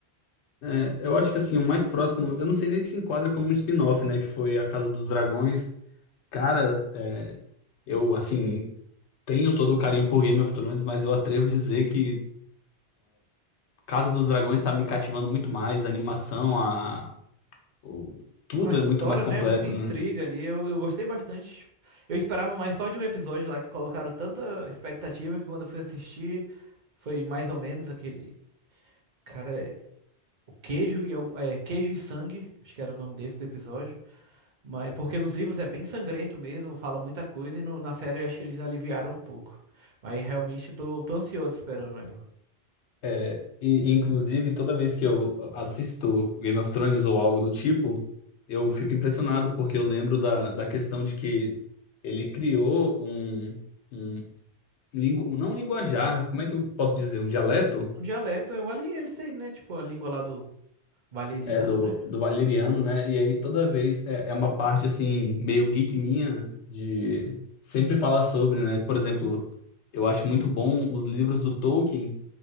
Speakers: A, on the left (about 85°); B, on the right (about 45°).
A: É, eu acho que assim, o mais próximo, eu não sei nem se enquadra como um spin-off, né? Que foi A Casa dos Dragões. Cara, é, eu assim, tenho todo o carinho por Game of Thrones, mas eu atrevo a dizer que Casa dos Dragões tá me cativando muito mais, a animação, a, o- tudo
B: A história,
A: é muito mais completo,
B: né? Muita intriga
A: né?
B: ali, eu, eu gostei bastante. Eu esperava mais só de um episódio lá que colocaram tanta expectativa que quando eu fui assistir foi mais ou menos aquele. Cara, é, o queijo e algum, é, queijo e sangue, acho que era o nome desse do episódio. Mas, é porque nos livros é bem sangrento mesmo, fala muita coisa, e no- na série eu acho que eles aliviaram um pouco. Mas realmente eu tô, tô ansioso esperando ela.
A: É, e, e, inclusive, toda vez que eu assisto Game of Thrones ou algo do tipo, eu fico impressionado, porque eu lembro da, da questão de que ele criou um. um- lingu, não linguajar, como é que eu posso dizer? Um dialeto
B: Um dialeto, é um ali, eles têm, né? Tipo, a língua lá do valeriano,
A: é do,
B: né?
A: do valeriano, né? E aí toda vez é, é uma parte assim, meio geek minha de sempre falar sobre, né? Por exemplo, eu acho muito bom os livros do Tolkien,